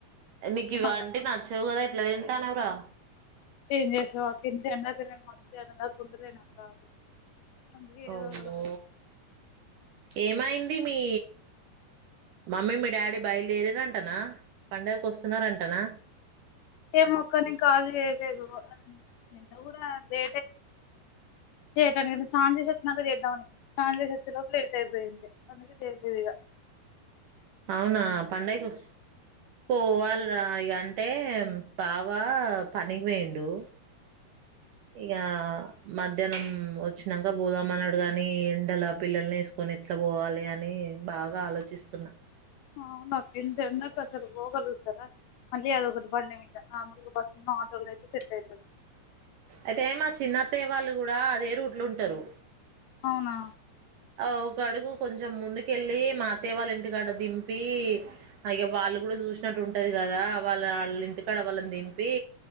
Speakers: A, on the left; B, on the right.
A: మొత్తం
B: నీకు ఇవంటి
A: అవే
B: నచ్చవు కదా ఎట్ల తింటాన్నవ్ రా?
A: ఏం చేసావు అక్క, ఇంత ఎండకు నేను మధ్యాహ్నం దాకా ఉంటలేనా అక్క. అందుకే
B: ఓమ్మో
A: ఏదో ఒకలాగా
B: ఏమై ది మీ మమ్మీ మీ డాడీ బయలుదేరిరంటనా, పండగకి వస్తున్నారంటనా?
A: ఏమో అక్క నేన్ కాల్ చేయలేదు, అంటే నిన్న కూడా దే చేయటానికి సాంజేసచ్చినక చేద్దాం అనుకున్నా, సాంజేసచ్చ లోపు లేట్ అయిపోయింది, అందుకె చేయలేదిగా
B: అవునా పండైకొ పోవాల్రా ఇగ అంటే బావ పనికి పోయిండు. ఇగా మధ్యాహ్నం వచ్చినంక బోదామన్నడు గాని, ఎండల పిల్లల్ని ఏసుకొని ఎట్ల పోవాలి అని బాగా ఆలోచిస్తున్నా.
A: ఆవునక్క ఇంత ఎండకు అసలు పొగలుగుతరా, మళ్ళీ అదోకటి బండి మీద, నార్మల్గా బస్సు ఆటోలోనో అయితే సెట్ ఐతది.
B: అయితే మా చిన్నత్తయ్య వాళ్ళు కూడా అదే రూట్ ల ఉంట్ టరు
A: అవునా
B: ఆ ఒకడుగు కొంచెం ముందుకెళ్ళి మా అత్తయ్య వాళ్ళ ఇంటికాడ దింపి, అ ఇగ వాళ్ళు గుడ చూసినట్టు ఉంటది కదా, వాళ్ళ ఆళ్ ఇంటికాడ వాళ్ళని దింపి